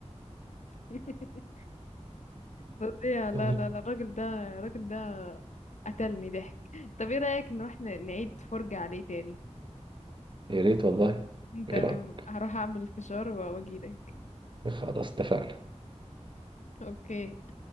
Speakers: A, on the left; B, on the right.
A: <laughs> فظيع لا
B: <laughs>
A: لا لا الراجل ده الراجل ده قتلني ضحك طب ايه رايك نروح ن- نعيد فرجه عليه تاني
B: يا ريت والله ايه
A: تمام
B: رأيك
A: هروح اعمل الفشار واجيلك
B: خلاص اتفقنا
A: اوكي